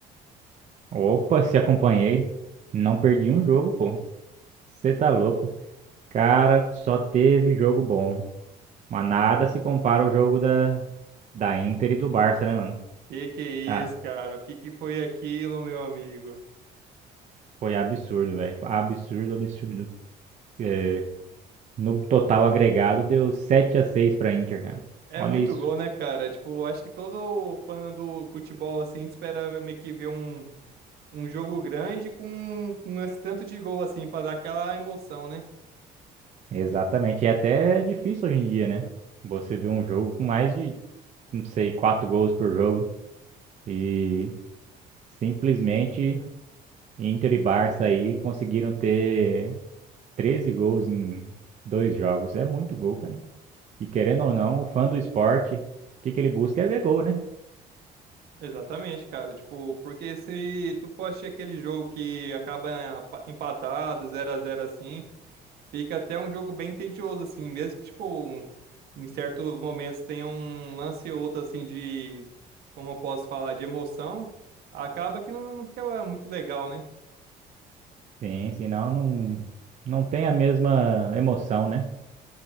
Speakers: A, on the right (about 45°); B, on the right (about 70°).
A: Opa, se acompanhei, não perdi um jogo, pô. Você tá louco? Cara, só teve jogo bom. Mas nada se compara ao jogo da, da Inter e do Barça, né, mano?
B: Que que é
A: Ah,
B: isso, cara? O que que foi aquilo, meu amigo?
A: foi absurdo, velho. Absurdo, absurdo. É, no total agregado deu sete a seis pra Inter, cara.
B: É
A: Olha
B: muito
A: isso.
B: gol, né, cara? Tipo, acho que todo fã do futebol, assim, espera meio que ver um, um jogo grande com, com esse tanto de gol, assim, pra dar aquela emoção, né?
A: Exatamente. E até é difícil hoje em dia, né? Você vê um jogo com mais de não sei, quatro gols por jogo. E simplesmente Inter e Barça aí conseguiram ter 13 gols em dois jogos. É muito gol, cara. E querendo ou não, o fã do esporte, o que que ele busca é ver gol, né?
B: Exatamente, cara. Tipo, porque se tu for assistir aquele jogo que acaba apa- empatado, zero a zero assim, fica até um jogo bem tedioso, assim, mesmo que, tipo, um- em certos momentos tenha um lance ou outro, assim, de, como eu posso falar, de emoção, acaba que não, não fica muito legal, né?
A: Sim, senão não, não tem a mesma emoção, né?